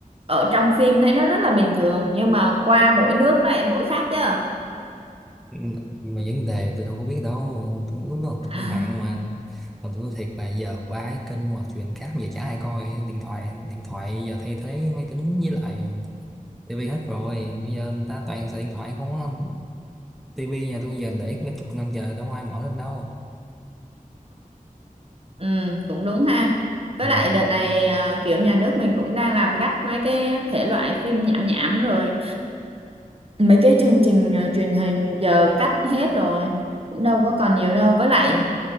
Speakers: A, on the right (about 40°); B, in the centre.
A: ở trong phim thấy nó rất là bình thường nhưng mà qua mỗi nước nó lại mỗi khác chứ
B: Ừ, mà vấn đề tôi đâu có biết đâu tôi, lúc đó tôi
A: <laughs>
B: có mạng mà mà tôi nói thiệt là giờ ba cái kênh mà chuyện cáp giờ chả ai coi điện thoại điện thoại giờ thay thế máy tính với lại tivi hết rồi bây giờ người ta toàn xài điện thoại không á tivi nhà tôi giờ để mấy chục năm giờ đâu có ai mở lên đâu
A: ừ cũng đúng ha với
B: ừ.
A: lại đợt này ờ, kiểu nhà nước mình cũng đang làm gắt mấy cái thể loại phim nhảm nhảm rồi mấy cái chương trình ờ, truyền hình giờ cắt hết rồi cũng đâu có còn nhiều đâu với lại